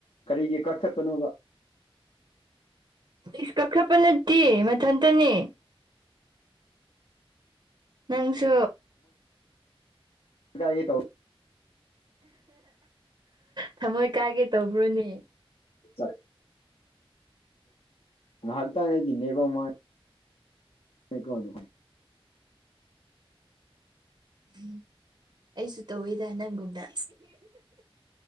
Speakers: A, on the left; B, on the right.
A: ꯀꯔꯤꯒꯤ ꯀꯛꯊꯠꯄꯅꯣꯕ
B: ꯏꯁ ꯀꯛꯊꯠꯄ ꯅꯠꯇꯦ ꯃꯊꯟꯇꯅꯦ ꯅꯪꯁꯨ
A: ꯏꯀꯥꯏꯒꯦ ꯇꯧ
B: ꯊꯃꯣꯏ ꯀꯥꯏꯒꯦ ꯇꯧꯕ꯭ꯔꯣꯅꯦ
A: ꯆꯥꯔꯦ ꯅꯍꯥꯟꯇꯥꯡ ꯑꯩꯒꯤ ꯅꯦꯠꯋꯥꯛ ꯃꯉꯥꯏ ꯍꯦꯀꯣꯅꯨꯀꯨꯟ
B: ꯎꯝ ꯑꯩꯁꯨ ꯇꯧꯋꯤꯗ ꯅꯪꯒꯨꯝꯅ